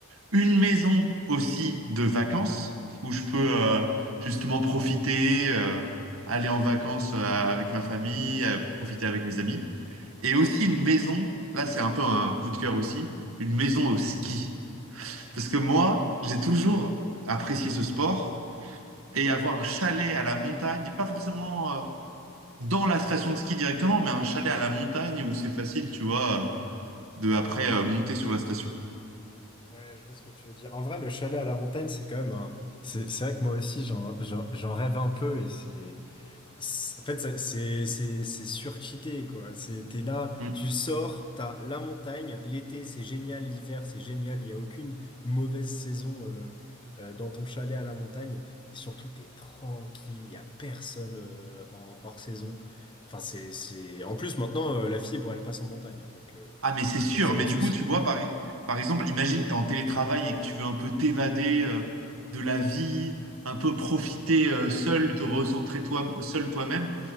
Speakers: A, on the right; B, on the left.
A: Une maison aussi de vacances, où je peux euh, justement profiter, euh, aller en vacances euh, avec ma famille, euh, profiter avec mes amis. Et aussi une maison, là c'est un peu un coup de cœur aussi, une maison au ski. Parce que moi, j'ai toujours apprécié ce sport et avoir un chalet à la montagne, pas forcément euh, dans la station de ski directement, mais un chalet à la montagne où c'est facile, tu vois, euh, de après euh, monter sur la station.
B: Ouais, je vois ce que tu veux dire. En vrai, le chalet à la montagne, c'est quand même un... C'est c'est vrai que moi aussi, j'en j'en- j'en rêve un peu et c'est... c'est- En fait, ça- c'est c'est- c'est surcheaté, quoi. C'est- T'es là,
A: Mm.
B: tu sors, t'as la montagne, l'été, c'est génial, l'hiver, c'est génial, il n'y a aucune mauvaise saison euh, euh, dans ton chalet à la montagne. Et surtout, t'es tranquille, il n'y a personne euh, en hors saison. Enfin, c'est... c'est- En plus, maintenant, euh, la fibre, elle passe en montagne, hein, donc euh,
A: Ah, mais c'est sûr.
B: il y a zéro
A: Mais du
B: souci.
A: coup, tu vois, par, par exemple, imagine, t'es en télétravail et que tu veux un peu t'évader euh, de la vie, un peu profiter euh, seul, te recentrer toi, seul toi-même.